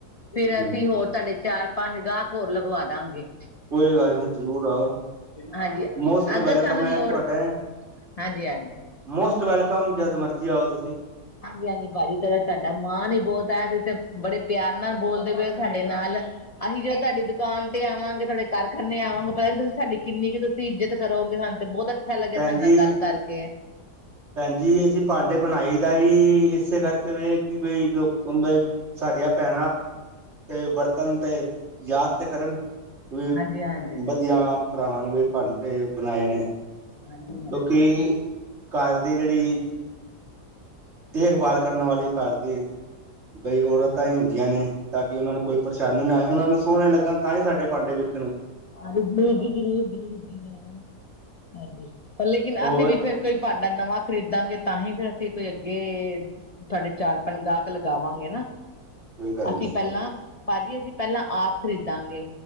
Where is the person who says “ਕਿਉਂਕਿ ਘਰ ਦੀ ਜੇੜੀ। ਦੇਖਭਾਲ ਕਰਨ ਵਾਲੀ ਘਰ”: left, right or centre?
Right